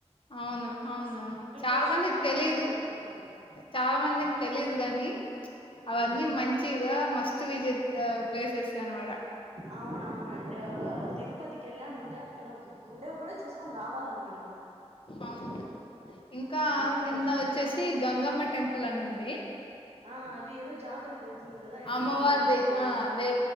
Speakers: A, on the left; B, on the right.
A: అవును అవునవును
B: ఇక్కడికి
A: చాలా
B: వచ్చినోళ్ళే
A: మందికి
B: అంతా
A: తెలీదు
B: అక్కడికి పోతారు కదా
A: చాలా మందిక్ తెలీదు గాని
B: ఉమ్
A: అవన్నీ మంచిగా మస్ట్ విజిట్ ప ప్లేసెస్ అన్మాట
B: అవున అవునండి ఒక తిరుపతిక్ ఎళ్ళామంటే అక్కడ ఉండేవ్ కూడా చూస్కోన్ రావాలన్మాట
A: అవును ఇంకా
B: మీరు
A: కింద
B: చూసి
A: ఓచ్చేసి
B: ఆ
A: గంగమ్మ టెంపుల్ అని ఉం ది
B: ఆ అద్ ఏదో జాతర జరుతుంది కదా ఎన్నో
A: అమ్మవారిది
B: ఇయర్స్కి
A: ఆ లే